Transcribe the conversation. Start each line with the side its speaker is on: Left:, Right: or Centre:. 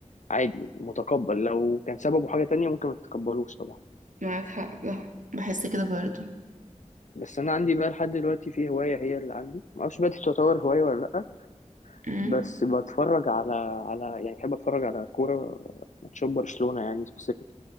Left: عادي متقبل لو كان سببه حاجه تانية ممكن ما تتقبلوش طبعا
Right: معاك حق ده بحس كده برضو
Left: بس انا عندي بقى لحد دلوقتي في هوايه هي اللي عندي ما اعرفش بقى دي تعتبر هوايه ولا لا
Right: امم
Left: بس بتفرج على على يعني بحب اتفرج على كوره ماتشات برشلونه يعني سبيسيفيك